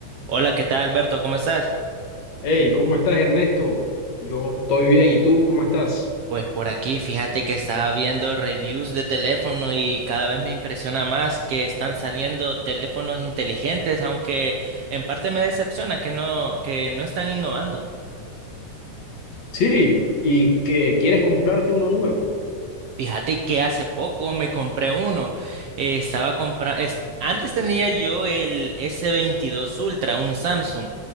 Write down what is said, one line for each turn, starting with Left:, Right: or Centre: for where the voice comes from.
Right: Hola, ¿qué tal, Alberto? ¿Cómo estás?
Left: Hey, ¿cómo estás, Ernesto? Yo estoy bien, ¿y tú cómo estás?
Right: Pues por aquí, fíjate que estaba viendo reviews de teléfono y cada vez me impresiona más que están saliendo teléfonos inteligentes, aunque en parte me decepciona que no, que no están innovando.
Left: Sí, ¿y que quieres comprarte uno nuevo?
Right: Fíjate que hace poco me compré uno. Eh, estaba compra es- antes tenía yo el s veintidós Ultra, un Samsung,